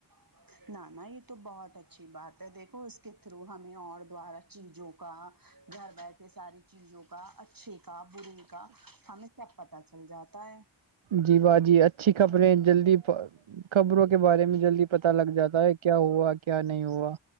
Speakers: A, on the right (about 45°); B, on the right (about 80°).
A: <inaudible> ن نا یہ تو بہت اچھی بات ہے دیکھو اس کے تھرو ہمیں اور دوارہ چیزوں کا گھر بیٹھے ساری چیزوں کا اچھے کا برے کا ہمیں سب پت چل جاتا ہے
B: جی واہ جی اچھی خبر اپنے جلدی خبروں کے بارے میں جلدی پت لگ جاتا ہے کیا ہوا کیا نہیں ہوا